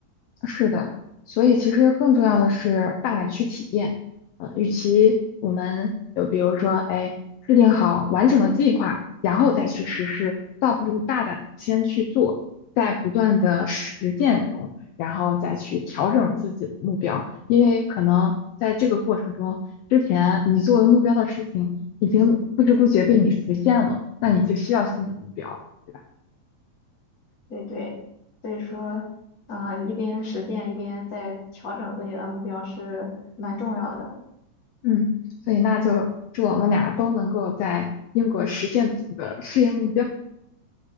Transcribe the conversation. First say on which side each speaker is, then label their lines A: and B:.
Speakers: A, on the left; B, on the left.
A: 是的，所以其实更重要的是大胆去体验。呃，与其我们就比如说，哎，制定好完整的计划，然后再去实施，倒不如大胆的先去做，在不断的实践中，然后再去调整自己的目标。因为可能在这个过程中，之前你作为目标的事情已经不知不觉被你实现了，那你就需要新的目标了，对吧？
B: 对对，所以说啊、一边实践一边在调整自己的目标是蛮重要的。
A: 嗯，所以那就祝我们俩都能够在英国实现自己的事业目标。